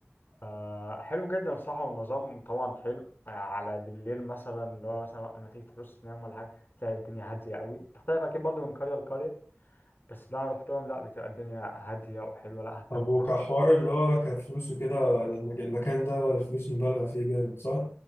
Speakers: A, on the left; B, on the left.
A: آه حلو جدا صح والنظام طبعا حلو آه، على بالليل مثلا اللي هو مثلا وقت ما تيجي تحس تنام ولا حاجة تلاقي الدنيا هادية قوي تختلف أكيد برضو من قرية لقرية بس اللي أنا روحتهم لأ بتبقى الدنيا هادية وحلوة لأ هتنام
B: طب وكحوار
A: براحتك.
B: اللي هو كفلوس وكده لما المكان ده الفلوس مبالغة فيه جامد صح؟